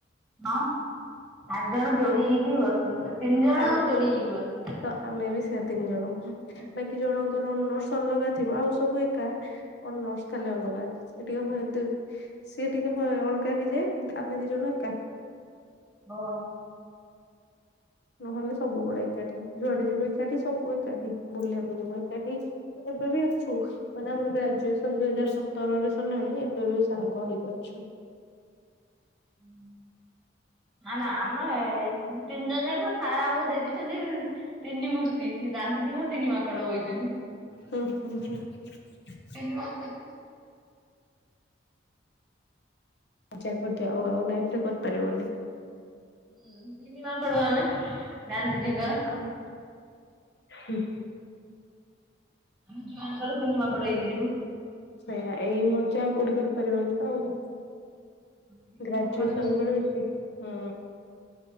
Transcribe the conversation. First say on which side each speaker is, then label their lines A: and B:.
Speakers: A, in the centre; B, on the left (about 60°).
A: ହଁ ଚାର ଜଣ ଯୋଡି ହେଇକି ବସୁ, ତିନି ଜଣ
B: ଆ
A: ଆମେ ଯୋଡି ହେଇକି ବସୁ।
B: ତ ଆମେ ବି ସେ ତିନି ଜଣ
A: ହଁ।
B: ବାକି ଜଣଙ୍କର ଅନର୍ଶ୍ ଅଲଗା ଥିବ ଆଉ ସବୁ ଏକା। ଅନର୍ସ ଖାଲି ଅଲଗା, ସେ ଟିକେ <unintelligible> ସିଏ ଟିକେ ହଁ ଅଲଗା ହେଇଯାଏ, ଆମେ ଦି ଜଣ ଏକା।
A: ହଁ।
B: ନହେଲେ ସବୁବେଳେ ଏକାଠି, ଯୁଆଡେ ଯିବେ ଏକାଠି ସବୁ ଏକାଠି, ବୁଲିବାକୁ ଯିବୁ ଏକାଠି। ଏବେ ବି ଅଛୁ। ମାନେ ଆମର ଗ୍ରାଜୁଏସନ ଦୁଇ ହଜାର ସତରରେ ସରିଲାଣି, ଏବେ ବି ସାଙ୍ଗ ହେଇକି ଅଛୁ।
A: ହୁଁ। ହା ନା ଆମେ ତିନି ଜଣ ଯାକ ସାର ଆମକୁ ଦେଇଦେଇଛନ୍ତି ତିନି ମୂର୍ତ୍ତି, ଗାନ୍ଧିଜୀଙ୍କ ତିନି ମାଙ୍କଡ ବଇଛନ୍ତି।
B: <unintelligible>
A: <unintelligible>
B: ଆ ଯା କରିଦେ ଆଉ ଆଉ ଲାଇଫରେ କରିପାରିବନି।
A: ହୁଁ ଦିନି ମାଙ୍କଡ ଆମେ ଗାନ୍ଧିଜୀଙ୍କର
B: ହଁ ଆମ ହ
A: ଆମେ ଜୁଆଣେ ତିନି ମାଙ୍କଡ ହେକି ଯିବୁ।
B: ସେଇୟା ଏଇ ମୋର୍ଚ ଆଉ କଉଠି କରିପାରିବନି ତ ଆଉ।
A: ତିନି
B: ଗ୍ରାଜୁଏସନ
A: ମାଙ୍କଡ ହେଇକି
B: ବଳଛି। ହୁଁ